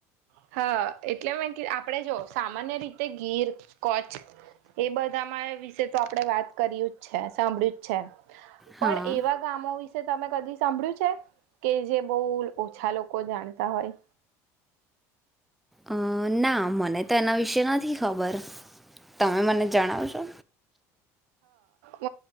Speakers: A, on the right; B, in the centre.
A: હા એટલે મે કે આપણે જો સામાન્ય રીતે ગીર કચ્છ એ બધામાં વિશે તો આપણે વાત કરીયું જ છે સાંભળ્યું જ છે
B: હા
A: પણ એવા ગામો વિશે તમે કદી સાંભળ્યું છે કે જે બહુ ઓછા લોકો જાણતા હોય
B: અ ના મને તેના વિશે નથી ખબર તમે મને જણાવશો
A: વ